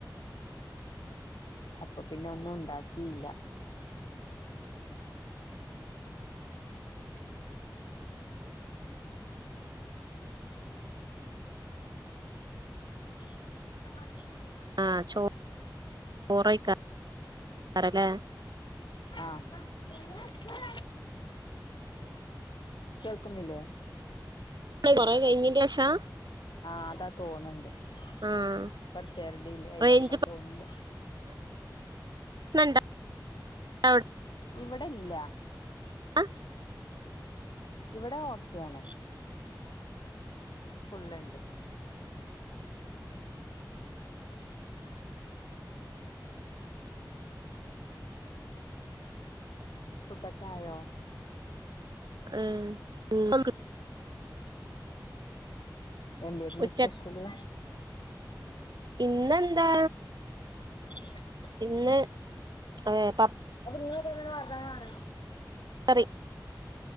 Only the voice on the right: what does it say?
ആഹ് ചോ ചോറൈക്കാരം ല്ലേ
അ കൊറെ കഴിഞ്ഞേ റ്റേഷാ
ആഹ്
റേഞ്ച്
നണ്ട അവിടെ
ആ
ആഹ
ഉച്ച
ഇന്നെന്താ
ഇന്ന് ഏഹ്
സറി